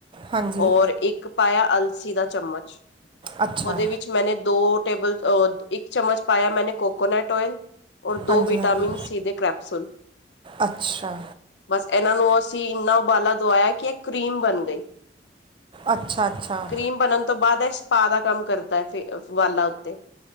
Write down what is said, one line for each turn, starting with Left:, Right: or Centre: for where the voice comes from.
Right: ਹਾਂਜੀ
Left: ਔਰ ਇੱਕ ਪਾਇਆ ਅਲਸੀ ਦਾ ਚਮਚ
Right: ਅੱਛਾ
Left: ਉਹਦੇ ਵਿੱਚ ਮੈਂਨੇ ਦੋ ਟੇਬਲ ਔਰ ਇੱਕ ਚਮਚ ਪਾਇਆ ਮੈਂਨੇ ਕੋਕੋਨਟ ਓਇਲ, ਔਰ
Right: ਹਾਂਜੀ
Left: ਦੋ ਵਿਟਾਮਿਨ
Right: ਹਾਂਜੀ
Left: ਸੀ ਦੇੇ ਕਰੈਪਸੂਲ
Right: ਅੱਛਾ।
Left: ਬਸ ਇਹਨਾਂ ਨੂੰ ਅਸੀਂ ਇੰਨਾ ਉਬਾਲਾ ਦਵਾਇਆ ਕਿ ਇਹ ਕਰੀਮ ਬਨ ਗਈ।
Right: ਅੱਛਾ ਅੱਛਾ
Left: ਕਰੀਮ ਬਣਨ ਤੋਂ ਬਾਅਦ ਇਸ ਸਪਾ ਦਾ ਕੰਮ ਕਰਦਾ ਐ ਫੇਰ ਵਾਲਾ ਉੱਤੇ